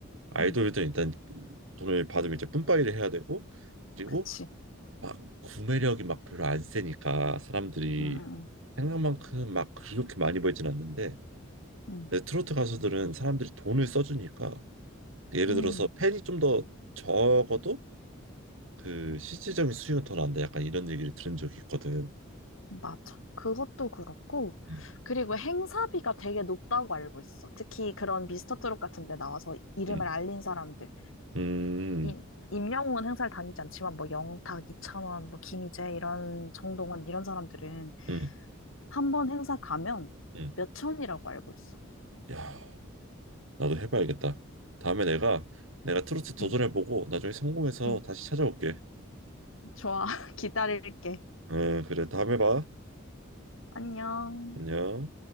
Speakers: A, on the right; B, on the left.
A: 아이돌들은
B: 응,
A: 일단 돈을 받으면 이제 뿜빠이를 해야 되고 그리고
B: 그치.
A: 막 구매력이 막 별로 안 세니까 사람들이
B: 응, 응,
A: 생각만큼 막 그렇게 많이 벌진 않는데
B: 응,
A: 근데 트로트 가수들은 사람들이 돈을 써주니까 예를
B: 응,
A: 들어서
B: 응,
A: 팬이 좀 더 적어도 그 실질적인 수익은 더 난다 약간 이런 얘기를 들은 적이 있거든.
B: 맞아. 그것도 그렇고,
A: 음,
B: 그리고 행사비가 되게 높다고 알고 있어. 특히 그런 미스터 트롯 같은 데 나와서 이름을
A: 음,
B: 알린 사람들.
A: 음,
B: 임, 임영웅은 행사를 다니지 않지만, 뭐, 영탁, 이찬원, 뭐, 김희재, 이런, 정동원, 이런 사람들은
A: 음.
B: 한 번 행사 가면
A: 음.
B: 몇 천이라고 알고 있어.
A: 야. 나도 해봐야겠다. 다음에 내가 내가 트로트 도전해보고
B: 응,
A: 나중에 성공해서
B: 응.
A: 다시 찾아올게.
B: 좋아. <laughs> 기다릴게.
A: 응, 그래. 다음에 봐.
B: 안녕.
A: 안녕.